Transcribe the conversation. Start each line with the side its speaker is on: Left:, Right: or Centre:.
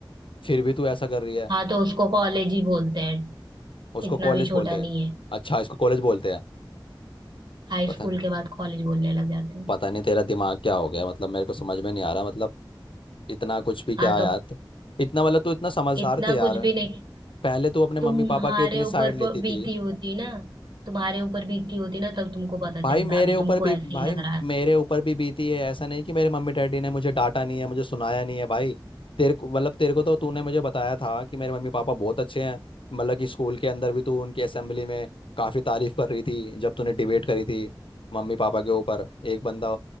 Left: फिर भी तू ऐसा कर रही है
Right: हाँ तो उसको कॉलेज ही बोलते हैं
Left: उसको
Right: इतना
Left: कॉलेज
Right: भी छोटा
Left: बोलते
Right: नहीं
Left: हैं
Right: है
Left: अच्छा इसको कॉलेज बोलते हैं
Right: हाई
Left: पता
Right: स्कूल
Left: नहीं
Right: के बाद कॉलेज बोलने लग जाते हैं
Left: पता नहीं तेरा दिमाग क्या हो गया मतलब मेरे को समझ में नहीं आ रहा मतलब इतना कुछ भी क्या
Right: हाँ तो
Left: यार
Right: अब
Left: तो इतना मतलब तू इतना समझदार
Right: इतना
Left: थे यार
Right: कुछ भी नहीं
Left: पहले तू अपने मम्मी
Right: तुम्हारे
Left: पापा के इतनी
Right: ऊपर
Left: साइड लेती
Right: प- बीती
Left: थी
Right: होती ना तुम्हारे ऊपर बीती होती ना तब तुमको पता
Left: भाई
Right: चलता
Left: मेरे
Right: अभी
Left: ऊपर
Right: तुमको
Left: भी
Right: ऐसे
Left: भाई
Right: ही लग रहा है
Left: मेरे ऊपर भी बीती है ऐसा नहीं कि मेरे मम्मी डैडी ने मुझे डांटा नहीं है मुझे सुनाया नहीं है भाई तेरे को मतलब तेरे को तो तूने मुझे बताया था कि मेरे मम्मी पापा बहुत अच्छे हैं मतलब कि स्कूल के अंदर भी तू उनकी असेंबली में काफ़ी तारीफ कर रही थी जब तूने डिबेट करी थी मम्मी पापा के ऊपर एक बंदा